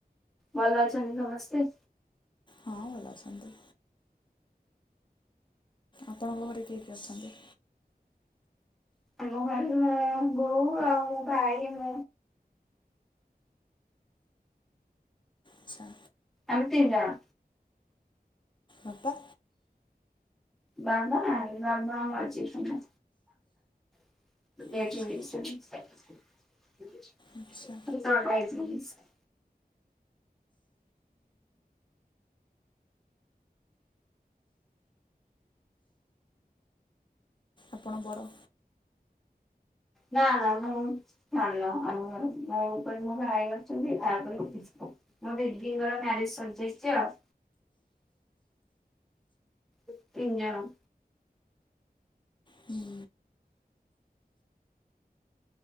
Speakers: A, in the centre; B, on the left.
A: ଭଲ ଅଛନ୍ତି ସମସ୍ତେ?
B: ହଁ, ଭଲ ଅଛନ୍ତି। ଆପଣଙ୍କ ଘରେ କିଏ କି ଅଛନ୍ତି?
A: ଆମ ଘରେ ମୋ ବୋଉ, ମୋ ଭାଇ, ମୁଁ
B: ଆଚ୍ଛା।
A: ଆମେ ତିନି ଜଣ।
B: ବାପା?
A: ବାବା ନାହାଁନ୍ତି। ବାବା ମରି ଯାଇଛନ୍ତି। <unintelligible>
B: ଆଚ୍ଛା ଆଚ୍ଛା ଆପଣ ବଡ଼?
A: ନା ନା ମୁଁ ସାନ <unintelligible> ମୋ ଉପରେ ମୋ ଭାଇ ଅଛନ୍ତି ତାପରେ। <unintelligible> ଆଉ ଦିଦିଙ୍କର ମ୍ୟାରେଜ ସରିଯାଇଛି ଆଉ। ତିନି ଜଣ।
B: ହୁଁ